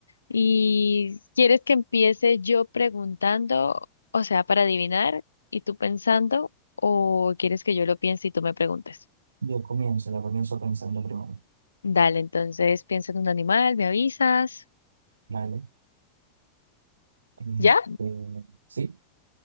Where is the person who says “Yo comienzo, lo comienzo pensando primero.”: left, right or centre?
Right